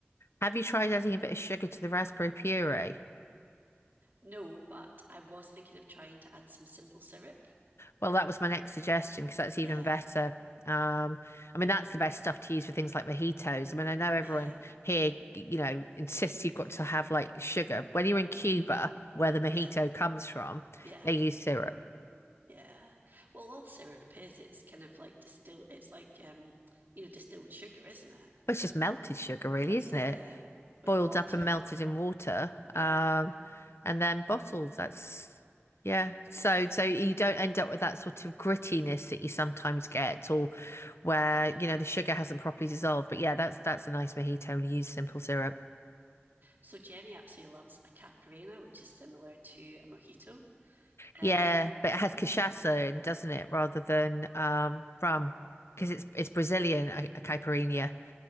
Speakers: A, on the left (about 80°); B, on the right (about 50°).
A: Have you tried adding a bit of sugar to the raspberry puree?
B: No, but I was thinking of trying to add some simple syrup.
A: Well, that was my next suggestion because that's even
B: Yeah,
A: better. Um, I mean, that's the best stuff to use for things like mojitos. I mean, I know everyone
B: yeah,
A: here, you know, insists you've got to have like sugar. When you're in Cuba, where the mojito
B: yeah,
A: comes from,
B: yeah.
A: they use syrup.
B: Yeah. Well, all syrup is, it's kind of like distilled, it's like, um, you know, distilled sugar, isn't it?
A: Well, It's just melted sugar, really,
B: That's
A: isn't
B: it
A: it?
B: with
A: boiled
B: water.
A: up and melted in water,
B: Yeah.
A: um, and then bottled. That's yeah. So so you don't end up with that sort of grittiness that you sometimes get, or where
B: Yeah.
A: you know the sugar hasn't properly dissolved. But yeah, that's that's a nice mojito when you use simple syrup.
B: So Jenny actually loves a Caparina, which is similar to a mojito. Um,
A: Yeah, but it has cachaça in, doesn't it, rather than um, rum. Because it's it's Brazilian a, a caipirinha.